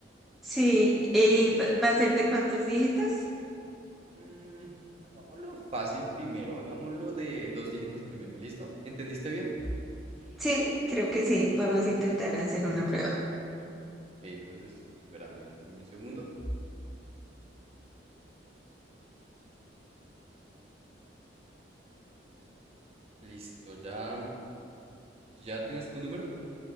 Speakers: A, in the centre; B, on the right.
A: Sí, ¿y va va a ser de cuántos dígitos?
B: Mm, hagámoslo fácil primero, hagámoslo de dos dígitos primero, ¿listo? ¿Entendiste bien?
A: Sí, creo que sí, podemos intentar hacer una prueba.
B: Ok, entonces espérame también un segundo. Listo, ya, ya tienes tu número.